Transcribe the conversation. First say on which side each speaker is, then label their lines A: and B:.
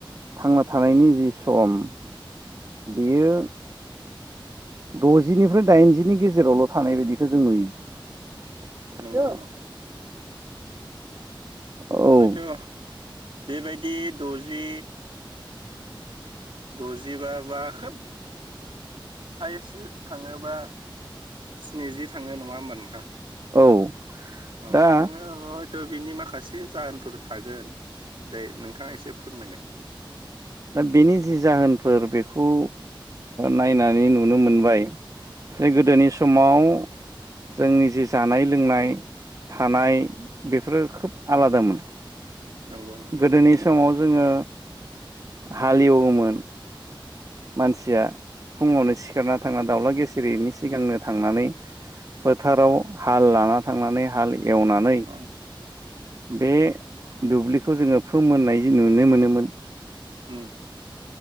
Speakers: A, on the right (about 40°); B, on the right (about 70°).
A: थांना थानायनि जि सम बियो दजिनिफ्राय दाइनजिनि गेजेरावल थानाय बिदिखौ जों नुयो
B: नंगौ
A: <unintelligible>
B: नोंथां
A: औ
B: हयथ' बेबायदि दजि दजिबा बा खोब हायेस्ट थाङोबा स्निजि थांङो नङा होमबा नोंथां
A: औ
B: अ
A: दा
B: जोंङो थ बिनि माखासे जाहोनफोर थागोन दे नोंथाङा एसे फोरमायनाय
A: दा बेनि जि जाहोनफोर बेखौ नायनानै नुनो मोनबाय जे गोदोनि समाव जोंनि जि जानाय लोंनाय थानाय बेफोरो खोब आलादामोन
B: नंगौ नोंथां
A: गोदोनि समाव जोंङो हालेवोमोन मानसिया फुंङावनो सिखारना थांना दाउला गिसिरिनि सिगांनो थांनानै फोथाराव हाल लाना थांनानै हाल एवनानै
B: उम
A: बे दुब्लिखौ जोंङो फोमोननाय नुनो मोनोमोन
B: उम